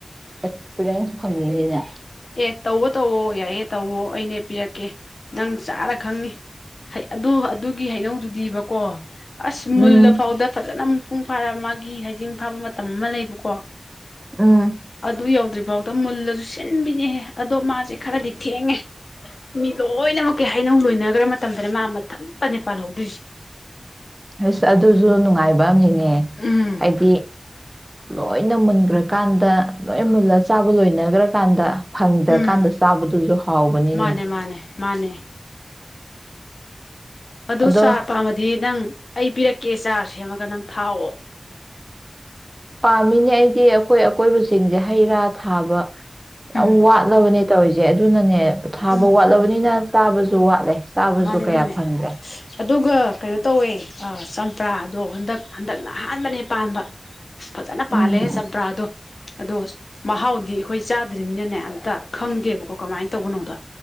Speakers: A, on the right; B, on the left.
A: ꯑꯦꯛꯁꯄꯤꯔꯤꯌꯦꯟꯁ ꯐꯪꯅꯤꯡꯉꯤꯅꯦ
B: ꯑꯦ ꯇꯧꯋꯣ ꯇꯧꯋꯣ ꯌꯥꯏꯌꯦꯦ ꯇꯧꯋꯣ ꯑꯩꯅꯦ ꯄꯤꯔꯛꯀꯦ ꯅꯪ ꯆꯥꯔ ꯈꯪꯉꯤ ꯑꯗꯨ ꯑꯗꯨꯒꯤ ꯍꯗꯧꯗꯨꯗꯤꯕꯀꯣ ꯑꯁ ꯃꯨꯜꯂꯐꯥꯎꯗ
A: ꯎꯝ
B: ꯐꯖꯅ ꯄꯄꯨꯡ ꯐꯥꯔ ꯃꯥꯒꯤ ꯍꯩꯖꯤꯡ ꯐꯥꯕ ꯃꯇꯝ ꯑꯃ ꯂꯩꯕꯀꯣ
A: ꯎꯝ
B: ꯑꯗꯨ ꯌꯎꯗ꯭ꯔꯤ ꯐꯥꯎ ꯃꯨꯜꯂꯁꯨ ꯟꯕꯤꯅꯦꯍꯦ ꯑꯗꯣ ꯃꯥꯁꯦ ꯈꯔꯗꯤ ꯊꯦꯡꯉꯦ ꯃꯤ ꯂꯣꯏꯅꯃꯛꯀꯤ ꯍꯥꯏꯅꯧ ꯂꯣꯏꯅꯈ꯭ꯔ ꯃꯇꯝꯗꯅꯦ ꯃꯥ ꯃꯊꯟ ꯄꯅꯦ ꯄꯥꯜꯍꯧꯗꯣꯏꯁꯦ
A: ꯑꯁ ꯑꯗꯨꯁꯨ ꯅꯨꯡꯉꯥꯏꯕ ꯑꯃꯉ ꯑꯦ
B: ꯎꯝ
A: ꯍꯥꯏꯗꯤ ꯂꯣꯏꯅ ꯃꯨꯟꯈ꯭ꯔꯀꯥꯟꯗ ꯂꯣꯏ ꯃꯨꯜꯂꯒ ꯆꯥꯕ ꯂꯣꯏꯅꯈ꯭ꯔꯀꯥꯟꯗ ꯐꯪꯗ꯭ꯔꯀꯥꯟꯗ
B: ꯎꯝ
A: ꯆꯥꯕꯗꯨꯁꯨ ꯍꯥꯎꯕꯅꯤꯅꯦ
B: ꯃꯥꯅꯦ ꯃꯥꯅꯦ ꯃꯥꯅꯦ ꯑꯗꯨ
A: ꯑꯗꯣ
B: ꯆꯥꯔ ꯄꯥꯝꯃꯗꯤ ꯅꯪ ꯑꯩ ꯄꯤꯔꯛꯀꯦ ꯀꯦ ꯆꯥꯔ ꯁꯦꯝꯃꯒ ꯅꯪ ꯊꯥꯛꯑꯣ
A: ꯄꯥꯝꯃꯤꯅꯦ ꯑꯩꯗꯤ ꯑꯩꯈꯣꯏ ꯑꯀꯣꯏꯕꯁꯤꯡꯁꯦ ꯍꯩ ꯔꯥ ꯊꯥꯕ ꯌꯥꯝ
B: ꯎꯝ
A: ꯋꯥꯗꯕꯅꯦ ꯇꯧꯔꯤꯁꯦ ꯑꯗꯨꯅꯅꯦ ꯊꯥꯕ
B: ꯎꯝ
A: ꯋꯥꯠꯂꯕꯅꯤꯅ ꯇꯥꯕꯁꯨ ꯋꯥꯠꯂꯦ ꯆꯥꯕꯁꯨ
B: ꯃꯥꯅꯦ
A: ꯀꯌꯥ
B: ꯃꯥꯅꯦ
A: ꯐꯪꯗ꯭ꯔꯦ
B: ꯑꯗꯨꯒ ꯀꯩꯅꯣ ꯇꯧꯋꯦ ꯆꯝꯄ꯭ꯔꯥꯗꯣ ꯍꯟꯗꯛ ꯍꯟꯗꯛꯅ ꯑꯍꯥꯟꯕꯅꯦ ꯄꯥꯟꯕ ꯐꯖꯅ
A: ꯎꯝ
B: ꯄꯥꯜꯂꯦ ꯆꯝꯄ꯭ꯔꯥꯗꯣ ꯑꯗꯣ ꯃꯍꯥꯎ ꯑꯩꯈꯣꯏ ꯆꯥꯗ꯭ꯔꯤꯕꯅꯤꯅꯅꯦ ꯑꯝꯇ ꯈꯪꯗꯦꯕꯀꯣ ꯀꯃꯥꯏꯅ ꯇꯧꯕꯅꯣꯗꯣ